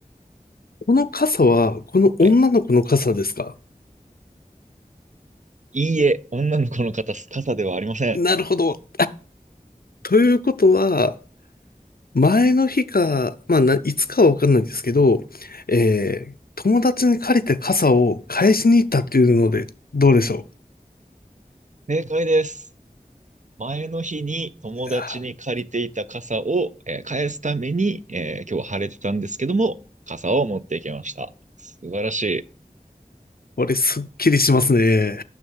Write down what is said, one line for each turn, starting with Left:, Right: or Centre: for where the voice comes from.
Left: この傘は、この女の子の傘ですか
Right: はい。いいえ、女の子の方、傘ではありません。
Left: なるほど。ということは、前の日か、まあ、な、いつかはわかんないですけど、えー、友達に借りた傘を返しに行ったっていうので、どうでしょ
Right: 正解です。前の日に友達に借りていた傘を、
Left: う。いやー、
Right: えー返すために、えー今日は晴れてたんですけども、傘を持ってきました。素晴らしい。
Left: これすっきりしますね。